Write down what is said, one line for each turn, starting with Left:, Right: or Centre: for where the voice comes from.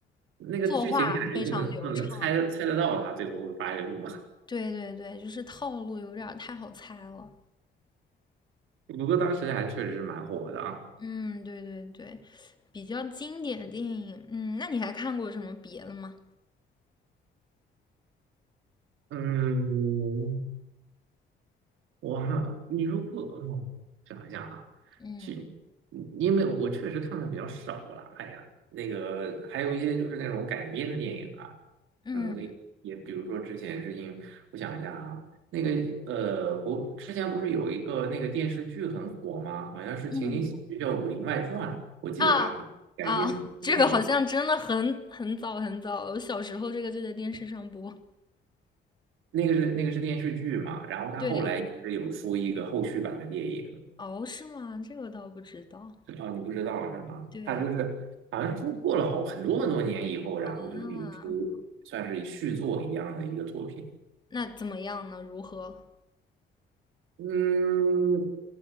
Right: 那个剧情感觉就能就能猜猜得到他最后会发生什么。
Left: 作画非常流畅。对对对，就是套路有点儿太好猜了。
Right: 不过当时还确实是蛮火的啊，
Left: 嗯，对对对，比较经典的电影，嗯，那你还看过什么别的吗？
Right: 嗯。哇，你如果嗯想一下啊，
Left: 嗯
Right: 其嗯因为我我确实看的比较少了，哎呀，那个还有一些就是那种改编的电影啊，
Left: 嗯
Right: 可能也比如说之前是因我想一下啊，那个呃国之前不是有一个那个电视剧很火吗？好像是情景喜剧叫《武林外传》，
Left: 嗯
Right: 我记得它改编的电影，
Left: 啊啊，<laughs> 这个好像真的很很早很早，我小时候这个就在电视上播。
Right: 那个是那个是电视剧嘛，然后它后来也是有出一个后续版的电影。
Left: 对，<laughs> 哦，是吗？这个我倒不知道。
Right: 啊，你不知道是吗？
Left: 对，
Right: 他就是好像过过了好很多很多年以后，然后就是有出算是续作一样的一个作品。
Left: 那那怎么样呢？如何？
Right: 嗯，